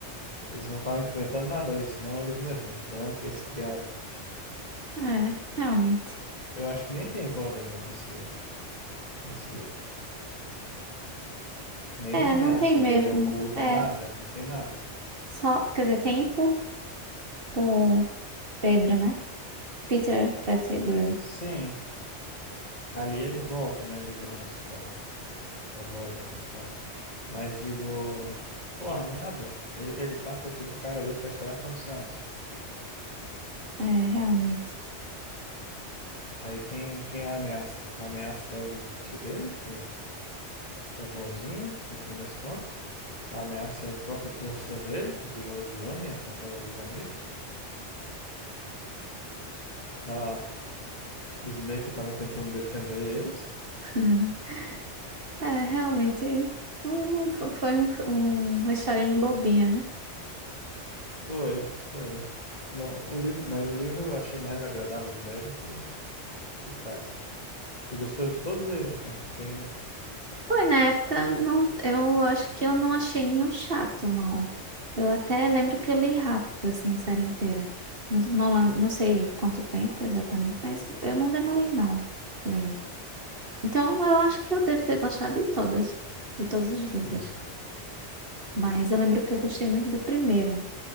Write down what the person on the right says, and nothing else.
É, realmente.
É,
não tem mesmo.
É,
só, quer dizer, tem por, por Pedro, né? Peter Pettigrew.
É, realmente.
<laughs> É, realmente. um- foi um, um, uma historinha bobinha, né?
Foi, na época, não, eu acho que eu não achei nenhum chato, não. Eu até lembro que eu li rápido, assim, a série inteira. Não, não, lem- não sei quanto tempo exatamente, mas eu não demorei, não, lendo. Então, eu acho que eu devo ter gostado de todas, de todos os livros.
Mas eu lembro que eu gostei muito do primeiro,